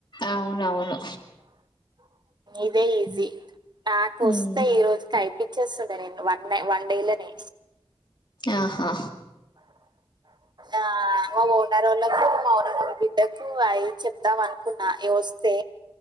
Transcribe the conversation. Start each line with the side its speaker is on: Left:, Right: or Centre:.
Left: అవునవును
Right: ఇదే ఈజీ ఆ కుస్తా
Left: ఉమ్
Right: ఈ రోజు కై ఇచ్చేస్తుండే నేను వన్ న వన్ డే లోనే
Left: ఆహా
Right: ఆ మా ఓనర్ వాళ్ళలకు మా ఓనర్ బిడ్డకు అవి చెప్దాం అనుకున్నా ఇవి వస్తే